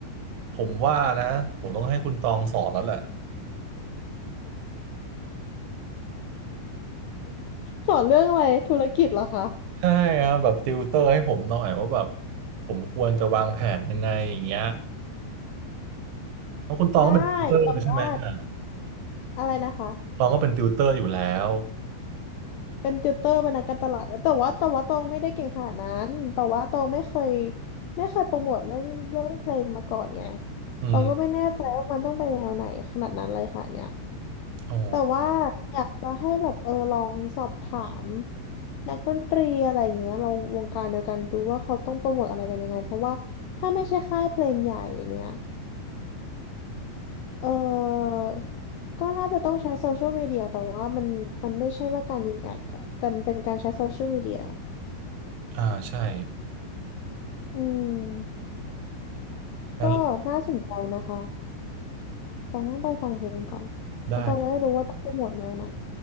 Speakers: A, on the right; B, on the left.
A: ผมว่านะผมต้องให้คุณตองสอนแล้วแหละ
B: สอนเรื่องอะไรธุรกิจเหรอคะ
A: ใช่ครับแบบติวเตอร์ให้ผมหน่อยว่าแบบผมควรจะวางแผนยังไงอย่างเงี้ยเพราะคุณตองก็เป็นติวเตอร์ใช่ไหมอ่ะ
B: ได้แต่ว่าอะไรนะคะ
A: ตองก็เป็นติวเตอร์อยู่แล้ว
B: เป็นติวเตอร์เป็นนักการตลาดเอยแต่ว่าแต่ว่าตองไม่ได้เก่งขนาดนั้นแต่ว่าตองไม่เคยไม่เคยโปรโมทเรื่องเรื่องเพลงมาก่อนไง
A: อืม
B: ตองก็ไม่แน่ใจว่ามันต้องไปแนวไหนขนาดนั้นเลยค่ะเนี่ย
A: อ๋อ
B: แต่ว่าอยากจะให้แบบเออลองสอบถามนักดนตรีอะไรอย่างเงี้ยเราวงการเดียวกันดูว่าเขาต้องโปรโมทอะไรกันยังไงเพราะว่าถ้าไม่ใช่ค่ายเพลงใหญ่เนี่ยเออก็น่าจะต้องใช้โซเชียลมีเดียแต่ว่ามันมันไม่ใช่ว่าการยิงแอดอะแต่มันเป็นการใช้โซเชียลมีเดีย
A: อ่าใช่
B: อืม
A: งั้น
B: ก็น่าสนใจนะคะต้องต้องไปฟังเพลงก่อนแล้วต้องจะได้รู้ว่าต้องโปรโมทแนวไหน
A: ได้